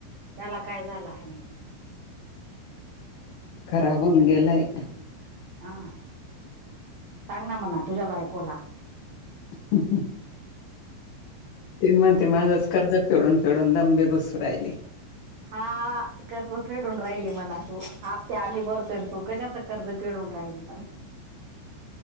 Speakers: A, on the right; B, on the left.
A: त्याला काय झा लहान आहे.
B: खराब होऊन गेलाय.
A: आं सांग ना म्हणा तुझ्या बायकोला.
B: <unintelligible> ते म्हणते माझंच कर्जा तेडून फेडून लंबे घुसू राहिली.
A: हा कर्ज फेडून राहिली मना तू आपते आम्ही बरतोय तू कशाचा कर्ज पिडून राहिली <unintelligible>